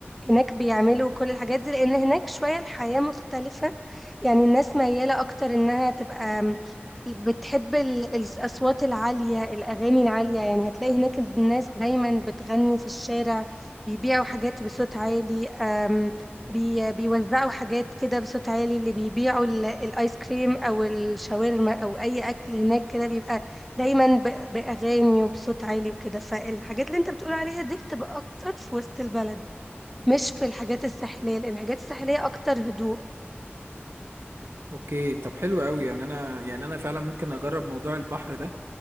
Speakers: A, in the centre; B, on the right.
A: هناك بيعملوا كل الحاجات دي لأن هناك شوية الحياة مختلفة يعني الناس ميالة أكتر إنها تبقى م- بتحب ال- الأصوات العالية الأغاني العالية يعني هتلاقي هناك الناس دايما بتغني في الشارع بيبيعوا حاجات بصوت عالي أم، بي بيوزعوا حاجات كده بصوت عالي اللي بيبيعوا ال- الآيس كريم أو الشاورما أو أي أكل هناك كده بيبقى دايما ب- بأغاني وبصوت عالي وكده فالحاجات اللي أنت بتقول عليها دي بتبقى أكتر في وسط البلد مش في الحاجات الساحلية لأن الحاجات الساحلية أكتر هدوء
B: اوكي طب حلو قوي يعني انا يعني انا فعلا ممكن اجرب موضوع البحر ده